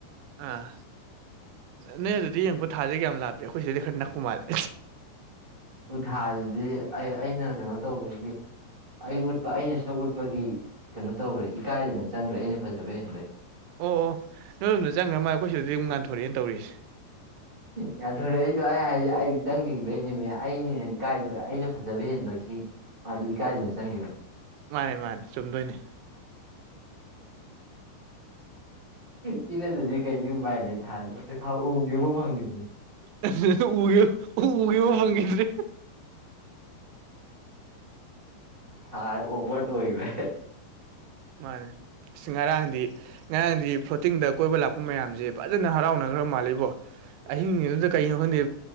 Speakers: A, on the right (about 85°); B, on the right (about 15°).
A: ꯑꯥ ꯅꯣꯏ ꯑꯗꯨꯗꯤ ꯌꯦꯡꯉꯛꯄ ꯊꯥꯥꯁꯦ ꯀꯌꯥꯝ ꯂꯥꯞꯄꯦ ꯑꯩꯈꯣꯏ ꯁꯤꯗꯩꯗꯤ ꯈꯔ ꯅꯛꯄ ꯃꯥꯜꯂꯦ꯫
B: ꯎꯊꯥꯁꯤꯗꯤ ꯑꯩ ꯑꯩꯅ ꯀꯩꯅꯣ ꯇꯧꯕꯒꯤ ꯑꯩ ꯎꯠꯄ ꯑꯩꯅ ꯁꯛ ꯎꯠꯄꯒꯤ ꯀꯩꯅꯣ ꯇꯧꯈ꯭ꯔꯦ ꯏꯀꯥꯏꯗꯅ ꯆꯪꯒ꯭ꯔꯦ ꯑꯩꯅ ꯐꯖꯕ ꯍꯦꯟꯕꯩ꯫
A: ꯑꯣ ꯑꯣ ꯅꯣꯏꯗꯣꯝꯗ ꯆꯪꯈ꯭ꯔ ꯃꯥ ꯑꯩꯈꯣꯏꯁꯤꯗꯗꯤ ꯑꯃꯨꯛ ꯉꯥꯟꯊꯣꯔꯛꯑꯦꯅ ꯇꯧꯔꯤꯁꯦ꯫
B: ꯉꯥꯟꯊꯣꯔꯛ ꯏꯗꯣ ꯑꯩ ꯍꯥꯏ ꯑꯩ ꯆꯪꯒꯤꯕꯩꯅꯦꯃꯤ ꯑꯩꯅ ꯏꯀꯥꯏꯕ ꯑꯩꯅ ꯐꯖꯕ ꯍꯦꯟꯕꯒꯤ ꯃꯥꯗꯨ ꯏꯀꯥꯏꯗꯅ ꯆꯪꯒꯤꯕ꯫
A: ꯃꯥꯅꯦ ꯃꯥꯅꯦ ꯆꯨꯝꯗꯣꯏꯅꯤ꯫
B: ꯁꯤ ꯅꯠꯇꯗꯤ ꯀꯩꯗꯤ ꯎꯄꯥꯏ ꯂꯩ ꯊꯥꯜ ꯊꯥꯎ ꯎꯒꯦꯕꯨ ꯐꯪꯗꯦ꯫
A: <unintelligible> ꯎꯒꯦ ꯎꯒꯦꯕꯨ ꯐꯪꯒꯤꯗ꯭ꯔꯦ꯫
B: ꯊꯥꯏ ꯑꯣꯛꯋꯥꯔꯠ ꯑꯣꯏꯒ꯭ꯔꯦ꯫
A: ꯃꯥꯅꯦ ꯑꯁ ꯉꯔꯥꯡꯗꯤ ꯉꯔꯥꯡꯗꯤ ꯐ꯭ꯂꯣꯇꯤꯡꯗ ꯀꯣꯏꯕ ꯂꯥꯛꯄ ꯃꯌꯥꯝꯖꯦ ꯐꯖꯅ ꯍꯔꯥꯎꯅꯒ꯭ꯔ ꯃꯥꯜꯂꯦꯕꯣ꯫ ꯑꯍꯤꯡꯒꯤꯗꯨꯗ ꯀꯩꯅꯣ ꯈꯪꯗꯦ